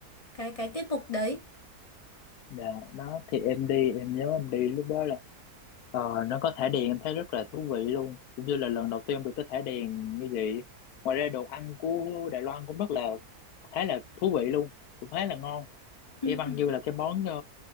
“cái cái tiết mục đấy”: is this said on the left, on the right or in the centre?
Left